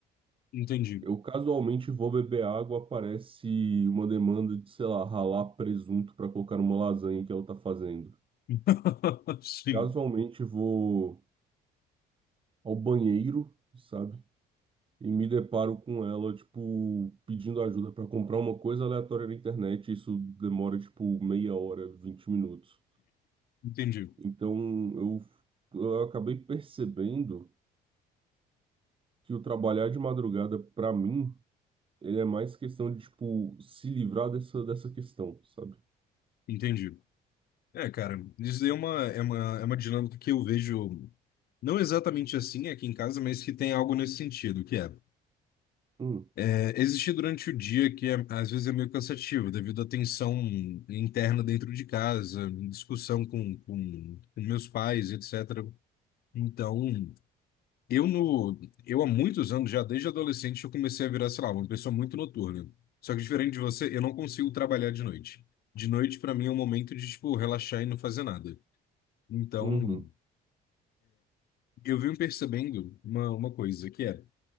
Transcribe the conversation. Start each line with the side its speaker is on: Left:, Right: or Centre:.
Left: entendi.
Right: Eu casualmente vou beber água, aparece uma demanda de, sei lá, ralar presunto pra colocar numa lasanha que ela tá fazendo.
Left: <laughs> Sim,
Right: Casualmente vou ao banheiro, sabe? e me deparo com ela, tipo, pedindo ajuda para comprar uma coisa aleatória na internet. Isso demora, tipo, meia hora, 20 minutos.
Left: entendi.
Right: Então, eu, eu acabei percebendo que o trabalhar de madrugada, para mim, ele é mais questão de, tipo, se livrar dessa, dessa questão, sabe?
Left: Entendi. É, cara, isso daí é uma, é uma, é uma dinâmica que eu vejo, não exatamente assim aqui em casa, mas que tem algo nesse sentido, que é,
Right: Hum,
Left: é existir durante o dia, que é- às vezes é meio cansativo, devido à tensão interna dentro de casa, discussão com, com, com meus pais, etc. Então, eu no, eu há muitos anos, já desde adolescente, eu comecei a virar, sei lá, uma pessoa muito noturna. Só que diferente de você, eu não consigo trabalhar de noite. De noite, para mim, é um momento de, tipo, relaxar e não fazer nada. Então.
Right: uhum,
Left: Eu vim percebendo uma, uma coisa, que é,